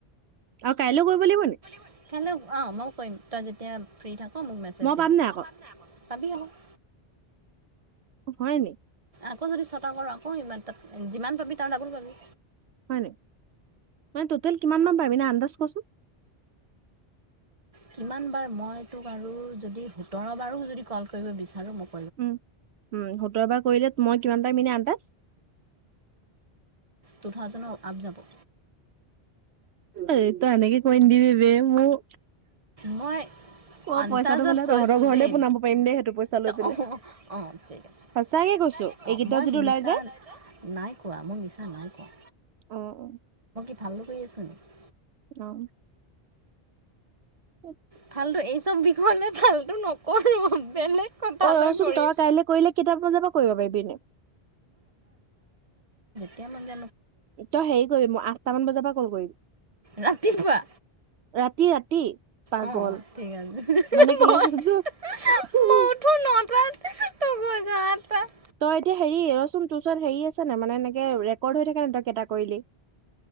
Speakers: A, on the right (about 80°); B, on the right (about 35°).
A: আৰু কাইলৈ কৰিব লাগিব নি?
B: <unintelligible> অ'! মই কৰিম, তই যেতিয়া ফ্ৰী থাক। অ'! মোক মেছেজ
A: মই
B: দিবি!
A: পাম নাই আকৌ
B: পাবি আ'ক।
A: হয় নি?
B: আকৌ যদি ছটা কৰো আকৌমান ত যিমান পাবি তাৰ ডাবুল পাবি।
A: হয় নি? মানে টোটেল কিমান মান পাবিনা আন্দাজ কচোন।
B: কিমান বাৰ মই তোক আৰু যদি সোতৰ বাৰো যদি কল কৰিব বিচাৰো মোক
A: উ উম সোতৰবাৰ কৰিলে মই কিমানটাৰ এনেই আন্তাজ।
B: টু থাউজেডৰ আপ যাব।
A: এইটো আনেকে কৈ নিদিবি বে, মোৰ
B: মই
A: অ
B: আন্তাজত
A: পইচাটো পালে
B: কৈছো
A: তহঁতৰ ঘৰলে
B: দেই,
A: পোনাব পাৰিম দেই সেইটো পইচা লৈ পিনে।
B: অ আহ ঠিক আছে।
A: সঁচাকে কৈছো
B: অঁ
A: এই গেইটাও
B: মই
A: যদি ওলাই
B: মিছা
A: যায়।
B: নাই কোৱা মই মিছা নাই কোৱা।
A: আহ অ।
B: ভালদ কৰি আছোঁ নেকি?
A: অ। <unintelligible>
B: ফালটো? এই চব বিষয় ম ফালটো নকৰো বেলেগ। কথালৈ
A: অ ৰচোন
B: কৰিম
A: তই কাইলৈ কৰিলে কেইটা বজাৰ পৰা কৰিব পাৰিবি এনেই?
B: এতি মানে
A: তই হেৰি কৰিমই আঠটাামান বজাৰ পৰা কল কৰিবি।
B: ৰাতিপুৱা
A: ৰাতি ৰাতি। পাগল
B: অঁ অঁ ঠিক আছে
A: মানে কেলে
B: মই
A: কছো। <unintelligible>
B: মই উঠো নটাত তই শুই যাৱ আঠটাত
A: তই এতিয়া হেৰি ৰচোন তোৰচোন হেৰি আছে নাই? মানে এনেকে ৰেকৰ্ড হৈ থাকে ন তই কেইটা কৰিলি।